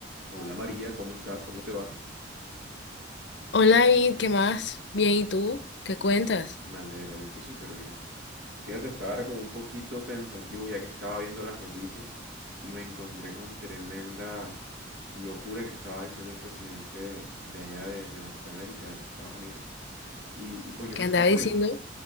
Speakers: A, on the right; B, on the left.
A: Hola María, ¿cómo estás? ¿Cómo te va?
B: Hola, David, ¿qué más? Bien, ¿y tú? ¿Qué
A: No,
B: cuentas?
A: pues me alegra, yo estoy súper bien. Fíjate, estaba ahora como un poquito pensativo ya que estaba viendo las noticias y me encontré con tremenda locura que estaba diciendo el presidente de allá de, de Norteamérica, de los Estados Unidos. Y, y pues yo
B: ¿Qué
A: me estaba
B: andaba
A: preguntando,
B: diciendo?